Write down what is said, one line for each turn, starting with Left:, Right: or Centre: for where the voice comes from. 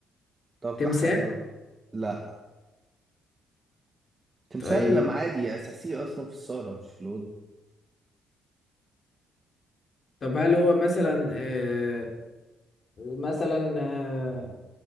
Right: توقع
Left: تمساح
Right: حاجة و... لا تمثال
Left: طيب
Right: لما عادي اساسي اصلا في الصاله مش لون
Left: طب هل هو مثلا آه مثلا آه